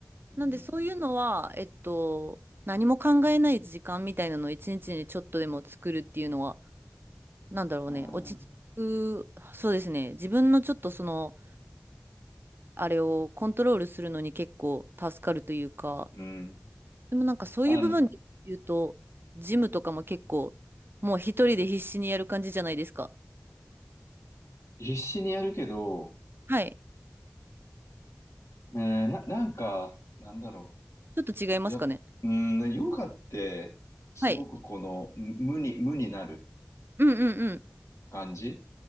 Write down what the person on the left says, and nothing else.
うん。
は
い。うん。
あの、
必死にやるけど、
えーな、なんか、なんだろ
う。や、うん、ねヨガって、すごくこの、
無に、無になる
感じ。